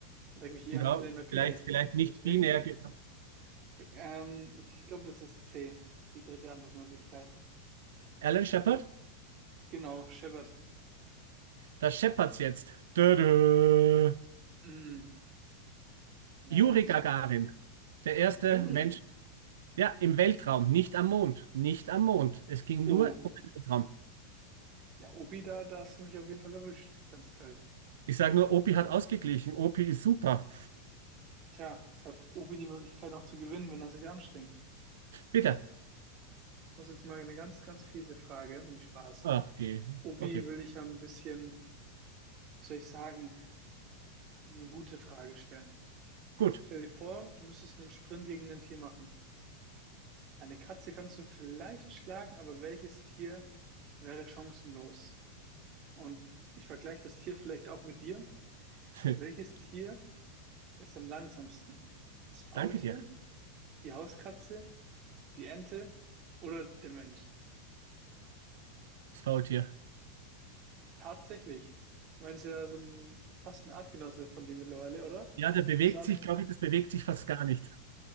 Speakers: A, on the right; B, on the right.
A: Da denke ich eher
B: Ja,
A: ans Land in der Küche.
B: vielleicht, vielleicht nicht
A: Deswegen,
B: binär. ge-
A: ähm, ich glaube, das ist C, die dritte Antwortmöglichkeit.
B: Alan Shepard,
A: Genau, Shepard.
B: das Shepards jetzt. Tada.
A: Hm, naja,
B: Juri
A: ich,
B: Gagarin, der erste
A: Juri.
B: Mensch, ja, im Weltraum, nicht am Mond, nicht am Mond. Es ging
A: Oh,
B: nur um den Weltraum.
A: ja, Obi, da, da hast du mich auf jeden Fall erwischt. Ganz kalt.
B: Ich sage nur, Opi hat ausgeglichen. Opi ist super.
A: Tja, jetzt hat Obi die Möglichkeit noch zu gewinnen, wenn er sich anstrengt.
B: Bitte.
A: Ich muss jetzt mal eine ganz, ganz fiese Frage. Nee, Spaß.
B: Ach, okay.
A: Obi
B: Okay,
A: will ich ja ein bisschen, wie soll ich sagen, eine gute Frage stellen.
B: gut.
A: Stell dir vor, du müsstest einen Sprint gegen ein Tier machen. Eine Katze kannst du vielleicht schlagen, aber welches Tier wäre chancenlos? Und ich vergleiche das Tier vielleicht auch mit dir.
B: <laughs>
A: Welches Tier ist am langsamsten? Das Faultier,
B: Danke dir,
A: die Hauskatze, die Ente oder der Mensch?
B: das Faultier.
A: Tatsächlich. Du meinst ja so ein, fast ein Artgenosse von dir mittlerweile, oder?
B: Ja, der bewegt
A: Bist auch nicht.
B: sich, glaube ich, das bewegt sich fast gar nicht.